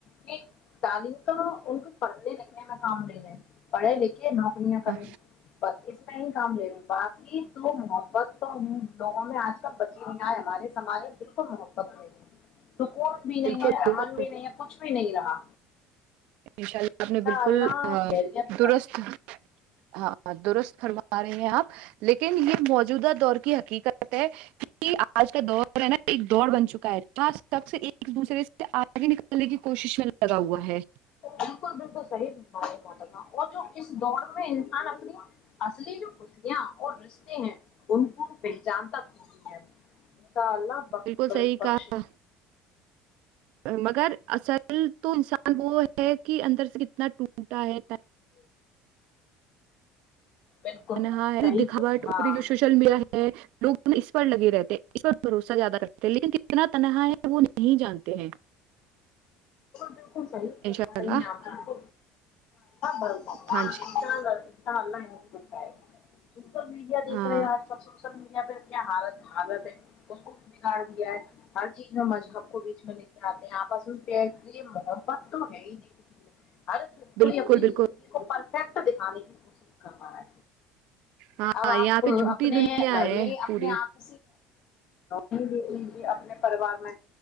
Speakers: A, on the left; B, on the right.
A: کہ تعلیم تو ان کو پڑھنے لکھنے میں کام دے رہے ہیں <inaudible> پھے لکھے <inaudible> کیا نوکرں کریں
B: ہاں
A: بس اس <inaudible> میں ہی کام لے گا <inaudible> باقی تو محبت تو لوگوں میں آج کل بچی نہیں آئے ہمارے سماج میں بالکل محبت <inaudible> اک <inaudible> سکون بھی نہیں
B: بالکل
A: ہے امن
B: بالکل
A: بھی نہیں ہے کچھ بھی نہیں رہا
B: انشاء اللہ آپ نے بالکل
A: اللہ خریت <unintelligible>
B: درست ہاں درست <inaudible> فروا رہے ہیں آپ لیکن یہ موجودہ دور کی حقیقت ہے کہ آج کا دور ہے نا ایک دڑ بن چکا ہے سب سے <inaudible> ایک دوسرے سے آگے نکالنے کی کوشش میں لگا ہوا ہے <inaudible>
A: بالکل بالکل صحیح ما اور جو دوڑ میں انسان اپنی اصلی جو کیاں اور رشتے ہیں ان کو پہچان تک ہوتی ہے سال بہ
B: بالکل
A: بخت
B: صحیح
A: بخشی
B: کہا مگر اصل تو انسان وہ ہے کہ اندر سے کتنا ٹوٹا ہے
A: بالکل
B: تنہا
A: بالکل صحیح
B: دکھاوٹ
A: بول- ہاں
B: اری جو سوشل میڈیا ہے لوگ اس پر لگے رہتے اس بھروسہ زیادہ کرتے لیکن کتنا تنہا ہے وہ نہیں جانتے ہیں
A: بالکل صحیح فرما
B: انشاء
A: رہی
B: اللہ
A: ہیں آپا آپ انشاء
B: ہاں جی
A: اللہ <unintelligible> تا اللہ ہے کچھ ہے سوشل میڈیا دیکھ
B: ہاں
A: رہے ہیں آج کل سوشل میڈیا پہ کیا حالت حالت ہے اس کو بھی بگاڑ دیا ہے ہر چیز میں مذہب کو بیچ میں لے کے آتے ہیں آپسوتے ہیں یہ محبت تو ہے ہی نہیں کسی میں ہر
B: بالکل
A: کوئی اپنی
B: بالکل
A: زندگی کو پرفیکٹ دکھانے کی کوشش کر رہا ہے
B: ہاں
A: اب آپ
B: یہاں پہ جھوٹی
A: اپنے
B: دنیا
A: گھر
B: ہے
A: میں اپنے
B: پوری
A: آپ جی اپنے پریوار میں